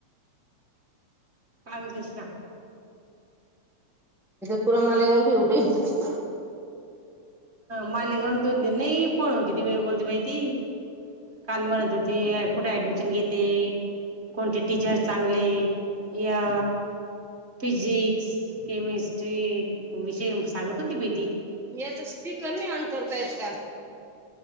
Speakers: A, on the right; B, in the centre.
A: बाळकृष्ण
B: तूर मला घेवठे <unintelligible>
A: मालेगाव बोलते बाई ती किती वेळ बोलते बाई ती काल म्हणत होती कुठे ऍडमिशन घेते कोणते टीचर चांगले या फिजिक्स केमिस्ट्री विषय सांगत होती बाहिती
B: याच स्पीकर नाही ऑन करता येत का